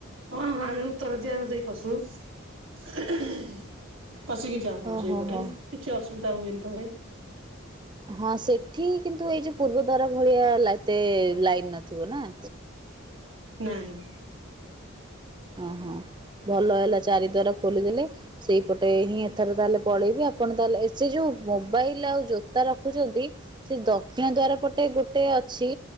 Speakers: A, on the right (about 75°); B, on the right (about 20°).
A: ହଁ ହଁ ଆମେ ଉତ୍ତର ଦିଆରେ ଦେଇପସୁ। <unintelligible> ପସିକି ଯାଉ ହ
B: ଓହୋ
A: ସେଇପଟେ
B: ହୋ
A: କିଛି ଅସୁବିଧା ହୁଏନି ତ କାଇଁ।
B: ହଁ ସେଠି କିନ୍ତୁ ଏଇ ଯୋଉ ପୂର୍ବ ଦ୍ୱାର ଭଳିଆ ଏତେ ଲାଇନ ନଥିବ ନା।
A: ନା ନା।
B: ଓହୋ, ଭଲ ହେଲା ଚାରି ଦ୍ଵାର ଖୋଲିଦେଲେ ସେଇପଟେ ହିଁ ଏଥର ତାହେଲେ ପଳେଇବି, ଆପଣ ତାହେଲେ ସେ ଯୋଉ ମୋବାଇଲ ଆଉ ଜୋତା ରଖୁଛନ୍ତି ସେ ଦକ୍ଷିଣ ଦ୍ଵାର ପଟେ ଗୋଟେ ଅଛି